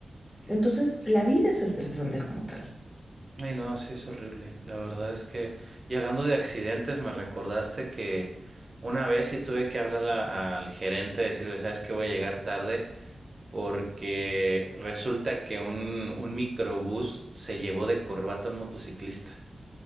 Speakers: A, on the left; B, on the right.
A: Entonces, la vida es estresante como tal.
B: Ay, no, sí es horrible. La verdad es que, y hablando de accidentes, me recordaste que una vez sí tuve que hablar a- al gerente, decirle, ¿sabes qué? Voy a llegar tarde porque resulta que un, un microbús se llevó de corbata a un motociclista.